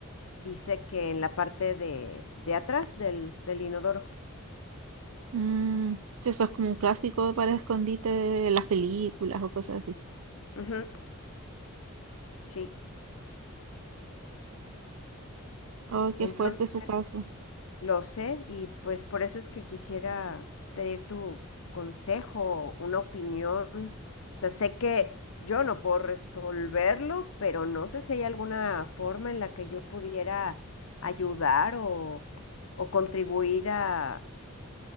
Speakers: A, on the left (about 70°); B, on the right (about 70°).
A: dice que en la parte de, de atrás del, del inodoro.
B: Mm, sí, eso es como un clásico para escondite de las películas o cosas así.
A: Ujú, sí.
B: Oh, qué
A: Entonces,
B: fuerte su caso.
A: Lo sé y pues por eso es que quisiera pedir tu consejo, una opinión. O sea, sé que yo no puedo resolverlo, pero no sé si hay alguna forma en la que yo pudiera ayudar o, o contribuir a,